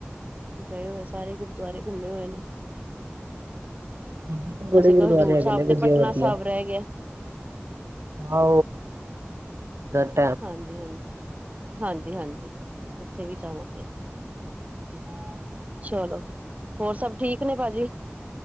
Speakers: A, on the right (about 35°); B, on the right (about 85°).
A: ਗਏ ਹੋਏ ਸਾਰੇ ਗੁਰ ਦੁਆਰੇ ਘੁੰਮੇ ਹੋਏ ਨੇ।
B: ਉੱਧਰ ਤਾਂ ਬੜੇ
A: ਅਸੀਂ
B: ਗੁਰਦੁਆਰੇ
A: ਇੱਕ ਹਜ਼ੂਰ
B: ਹੈਗੇ
A: ਸਾਹਿਬ
B: ਨੇ
A: ਤੇ
B: ਵਧੀਆ-ਵਧੀਆ।
A: ਪਟਨਾ ਸਾਹਿਬ ਰਹਿ ਗਿਆ।
B: ਹਾ <unintelligible>
A: ਹਾਂਜੀ ਹਾਂਜੀ ਹਾਂਜੀ ਹਾਂਜੀ ਉੱਥੇ ਵੀ ਜਾਵਾਂਗੇ। ਹਾਂਜੀ ਚਲੋ ਹੋਰ ਸਭ ਠੀਕ ਨੇ ਭਾਜੀ।